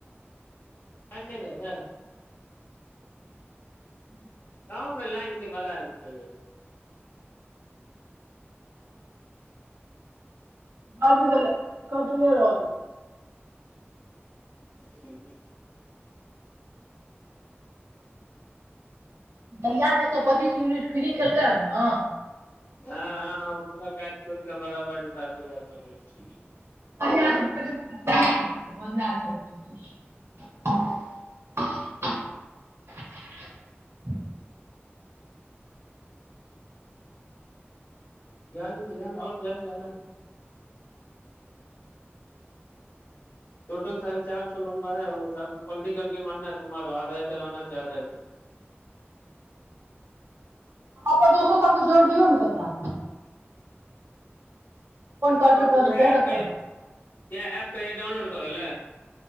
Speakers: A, on the left; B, on the right.
A: सनद ह
B: ह <unintelligible>
A: कमे लीक बादाक रहलल
B: बाजी त कटने रह
A: ह <unintelligible>
B: बढ़आासँ एक सए पच्चीस यूनिट फ्री केलकै ह ने।
A: हँ, हँ, ओ पूरा काटि कुट क बराबर हिसाब काब चलै छै।
B: <unintelligible>
A: जानी त जान <unintelligible> आओर जायगा न ोटल साढ़े चार सए लम्बा है, प्वल्टी करके मारना हर आधा हजार आना छै आधा हजार
B: सब दोसो सबके जोड़ि दियौ ने तऽ ता <unintelligible>
A: इह
B: करतै
A: प कह
B: करतै करत तब
A: इह प क डाउनलोड तरलै